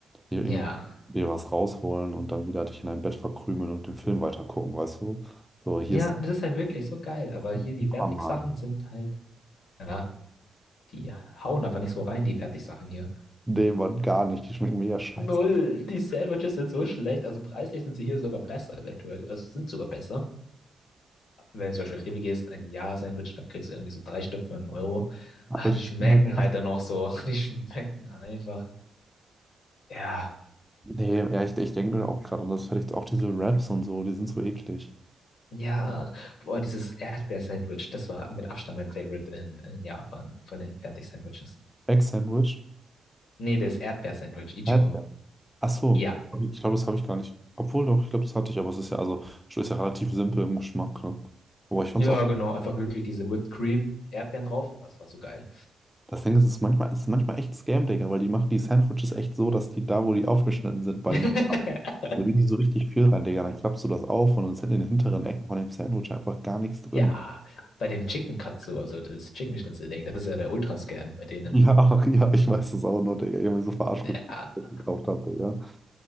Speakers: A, in the centre; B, on the left.
A: Dir
B: Ja.
A: irgendwie dir was rausholen und dann wieder dich in dein Bett verkrümeln und den Film weitergucken, weißt du? So, hier
B: Ja,
A: ist
B: das ist halt wirklich so geil, aber
A: der
B: hier die
A: Supermarkt.
B: Fertigsachen sind halt, ja, die hauen einfach nicht so rein, die Fertigsachen hier.
A: Nee, Mann, gar nicht. Die schmecken mega scheiße.
B: Null, die Sandwiches sind so schlecht, also preislich sind sie hier sogar besser eventuell, also sind sogar besser. wenn du zum Beispiel in Rewe gehst, ein Ja-Sandwich, dann kriegst du irgendwie so drei Stück für einen Euro.
A: Aber
B: Ah,
A: die
B: die schmecken
A: schmecken halt. kacke.
B: halt dann noch so. <laughs> Die schmecken einfach. Ja.
A: Nee, ja, ich, ich denke auch gerade, und das vielleicht auch diese Raps und so, die sind so eklig.
B: Ja. Boah, dieses Erdbeer-Sandwich, das war mit Abstand mein Favorite in, in Japan von den Fertig-Sandwiches.
A: Egg-Sandwich?
B: Nee, das Erdbeer-Sandwich, Ichigo.
A: Erdbeer. Ach so,
B: Ja.
A: ich glaube, das habe ich gar nicht. Obwohl doch, ich glaube, das hatte ich, aber es ist ja also schon ist ja relativ simpel im Geschmack, ne? Aber ich fand's
B: Ja,
A: auch.
B: genau. Einfach wirklich diese Whipped Cream, Erdbeeren drauf, aber es war so geil.
A: Das Ding ist, es ist manchmal, es ist manchmal echt Scam, Digga, weil die machen die Sandwiches echt so, dass die da, wo die aufgeschnitten sind, bei
B: <laughs>
A: den. Da legen die so richtig viel rein, Digga. Dann klappst du das auf und dann sind in den hinteren Ecken von dem Sandwich einfach gar nichts drin.
B: Ja, bei dem Chicken Katsu, also das Chicken Schnitzel Ding, das ist ja der Ultra-Scam bei denen.
A: Ja, <laughs> ja, ich weiß das auch nur, Digga. Ich habe mich so verarscht
B: Ja.
A: gefühlt, als ich das gekauft habe, Digga.